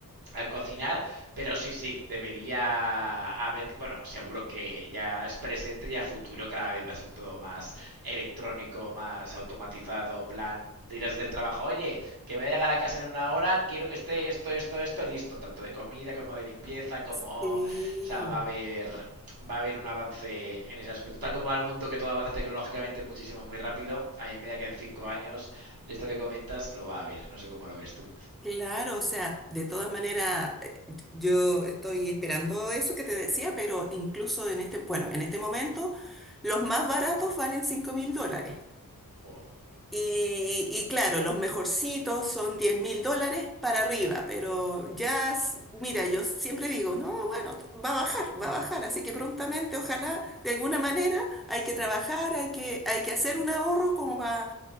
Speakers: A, on the right; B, in the centre.
A: al cocinar, pero sí, sí, debería haber, bueno, seguro que ya es presente y a futuro cada vez va a ser todo más electrónico, más automatizado, plan, dirás desde el trabajo, oye, que voy a llegar a casa en una hora, quiero que esté esto, esto, esto listo, tanto de comida como de limpieza, como...
B: Sí,
A: O sea, va a haber... Va a haber un avance en ese aspecto. Tal como va el mundo, que todo avanza tecnológicamente muchísimo, muy rápido, a mí me da que en cinco años, esto que comentas, lo va a haber. No sé cómo lo ves tú.
B: claro, o sea, de todas maneras, eh, yo estoy esperando eso que te decía, pero incluso en este, bueno, en este momento, los más baratos valen cinco mil dólares.
A: O-
B: Y, y claro, los mejorcitos son diez mil dólares para arriba, pero ya, s- mira, yo siempre digo, no, bueno, t- va a bajar, va a bajar, así que prontamente, ojalá, de alguna manera, hay que trabajar, hay que, hay que hacer un ahorro como para